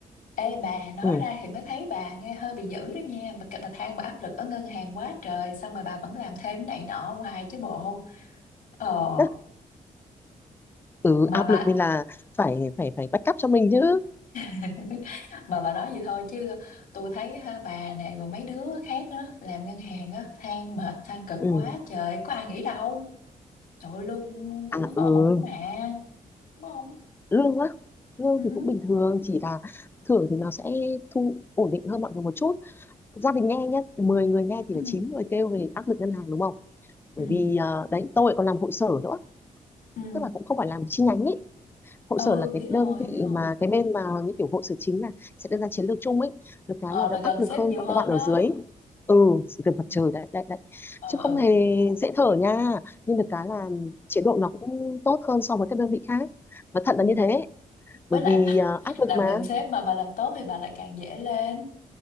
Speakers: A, on the left; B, on the left.
A: ê bà nói
B: ừ.
A: ra thì mới thấy bà nghe hơi bị dữ đó nha bà, bà than bà áp lực ở ngân hàng quá trời xong rồi bà vẫn làm thêm cái này nọ ở ngoài chứ bộ ờ
B: <laughs> ừ
A: mà
B: áp
A: bà
B: lực nên là phải phải phải backup cho mình chứ
A: <laughs> mà bà nói vậy thôi chứ tôi thấy ha, bà nè rồi mấy đứa khác á làm ngân hàng á than mệt than cực
B: ừ
A: quá trời có ai nghĩ đâu trời ơi, lương cũng
B: à
A: ổn
B: ừ
A: ổn mà đúng không
B: lương á lương
A: ừ
B: thì cũng bình thường chỉ là thưởng thì nó sẽ thu ổn định hơn mọi người một chút gia đình nghe nhé 10 người nghe thì
A: ừ
B: phải 9 người kêu về áp lực ngân hàng đúng không bởi
A: ừ
B: vì ờ, đấy tôi lại còn làm hội sở nữa
A: ừ
B: tức là cũng không phải làm chi nhánh ấy hội
A: Ừ,
B: sở là
A: biết
B: cái
A: rồi
B: đơn vị
A: biết rồi
B: mà cái bên mà như kiểu hội sở chính là sẽ đưa ra chiến lược chung ấy được cái
A: ờ
B: là đỡ
A: là
B: áp
A: gần
B: lực
A: sếp
B: hơn
A: nhiều
B: các
A: hơn
B: cái bạn ở
A: đó
B: dưới ừ gần
A: ừ
B: mặt trời đấy đấy đấy
A: ừ
B: chứ không
A: ừ.
B: hề dễ thở nha nhưng được cái là chế độ nó cũng tốt hơn so với các đơn vị khác nó thật
A: Ừ.
B: là như thế
A: với
B: bởi
A: lại
B: vì
A: mà
B: à,
A: <laughs>
B: áp lực
A: làm
B: mà
A: gần sếp mà bà làm tốt thì bà lại càng dễ lên